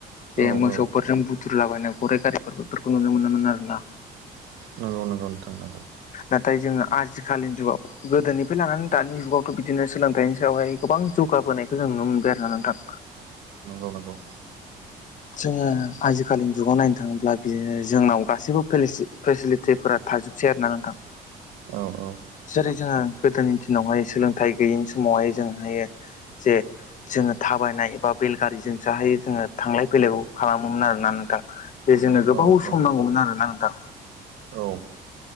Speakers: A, on the left; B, on the right.
A: बे
B: औ
A: मोसौफोरजों
B: औ
A: बुद्रुलाबायनाय गराइ गारिफोर बेफोरखौ नुनो मोनामोन आरो ना
B: नंगौ नंगौ नोंथां नंगौ
A: नाथाय जोंङो आजिखालिनि जुगाव गोदोनिफ्राय लानानै दानि जुगावथ' बिदिनो सोलोंथाइनि सायावहाय गोबां जौगाबोनायखौ जों नुनो मोनबाय आरोना नोंथां
B: मावनांगौ
A: जोङो आजिखालिनि जुगाव नायनो थाङोब्ला बियो जोंनाव गासैबो फोरा थाजोबसै आरोना नोंथां
B: औ औ
A: जेरै जोङो गोदोनि दिनावहाय सोलोंथाइ गैयिनि समावहाय जों हायो जे जोङो थाबायनाय एबा बेलगारिजों जा हायो जोङो थांलाय फैलाय खालामोमोन आरोना नोंथां जोंनो
B: औ
A: गोबाव
B: नोंथां
A: सम नांगौमोन आरोना नोंथां
B: औ